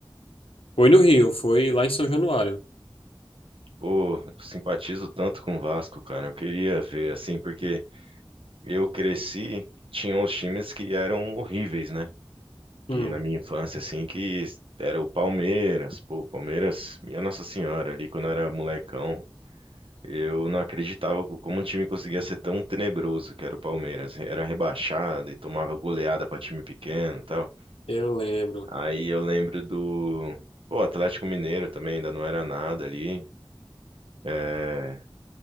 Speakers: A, on the left (about 85°); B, on the right (about 75°).
A: Foi no Rio, foi lá em São Januário.
B: Pô, eu simpatizo tanto com o Vasco, cara. Eu queria ver, assim, porque eu cresci, tinham os times que eram horríveis, né? Que
A: Hum,
B: na minha infância, assim, que era o Palmeiras. Pô, o Palmeiras, minha Nossa Senhora, ali quando eu era molecão, eu não acreditava co- como um time conseguia ser tão tenebroso que era o Palmeiras. Era rebaixado e tomava goleada pra time pequeno e tal.
A: eu lembro.
B: Aí eu lembro do, pô, Atlético Mineiro também, ainda não era nada ali. É,